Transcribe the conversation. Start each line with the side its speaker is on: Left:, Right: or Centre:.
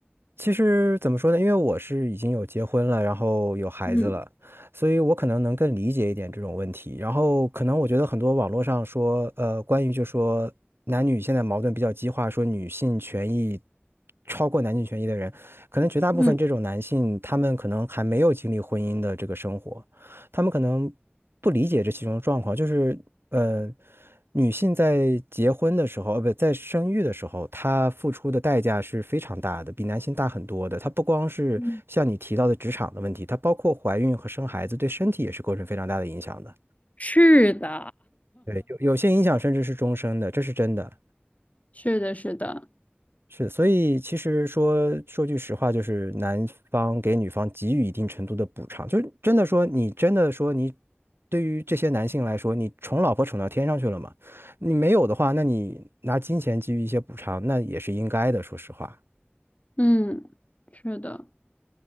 Right: 其实怎么说呢？因为我是已经有结婚了，然后有孩子了，
Left: 嗯
Right: 所以我可能能更理解一点这种问题。然后可能我觉得很多网络上说，呃，关于就说男女现在矛盾比较激化，说女性权益超过男性权益的人，可能绝大部分这种男性，
Left: 嗯，
Right: 他们可能还没有经历婚姻的这个生活，他们可能不理解这其中的状况，就是呃，女性在结婚的时候，呃，不，在生育的时候，她付出的代价是非常大的，比男性大很多的。她不光是像你提到的职场的问题，
Left: 嗯，
Right: 她包括怀孕和生孩子，对身体也是构成非常大的影响的。
Left: 是的，
Right: 对，有有些影响甚至是终身的，这是真的。
Left: 是的，是的，
Right: 是，所以其实说说句实话，就是男方给女方给予一定程度的补偿，就是真的说你真的说你对于这些男性来说，你宠老婆宠到天上去了嘛？你没有的话，那你拿金钱给予一些补偿，那也是应该的，说实话。
Left: 嗯，是的。